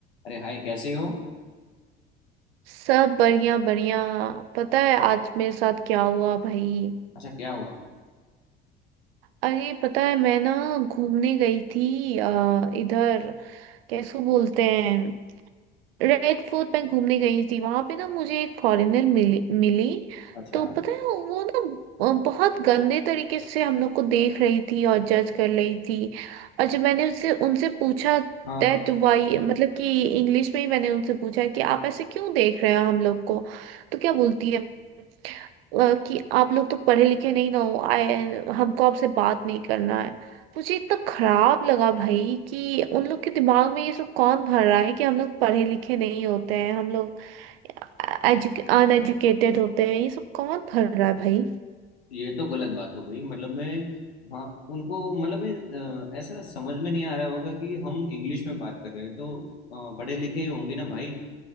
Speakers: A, on the left; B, on the right.
A: अरे हाय कैसे हो
B: सब बढ़िया बढ़िया पता है आज मेरे साथ क्या हुआ भाई
A: अच्छा क्या हुआ
B: अरे पता है मैं ना घूमने गई थी अ, इधर कैसे बोलते हैं रेड फोर्ट में घूमने गई थी वहां पे ना मुझे एक फॉरेनर मिली मिली
A: अच्छा
B: तो पता है वो ना अ, बहुत गंदे तरीके से हम लोग को देख रही थी और जज कर रही थी और जब मैंने उससे उनसे पूछा
A: हाँ
B: दैट वाई मतलब कि इंग्लिश में ही मैंने उनसे पूछा कि आप ऐसे क्यों देख रहे हैं हम लोग को तो क्या बोलती है अ, कि आप लोग तो पढ़े लिखे नहीं ना हो आए हमको आपसे बात नहीं करना है मुझे इतना खराब लगा भाई कि उन लोग के दिमाग में ये सब कौन भर रहा है कि हम लोग पढ़े लिखे नहीं होते हैं हम लोग अनएजुकेटेड होते हैं ये सब कौन भर रहा है भाई
A: ये तो गलत बात हो गई मतलब मैं हाँ उनको मतलब मैं अ, ऐसा समझ में नहीं आ रहा होगा कि हम इंग्लिश में बात कर रहे हैं तो अ, पढ़े लिखे ही होंगे ना भाई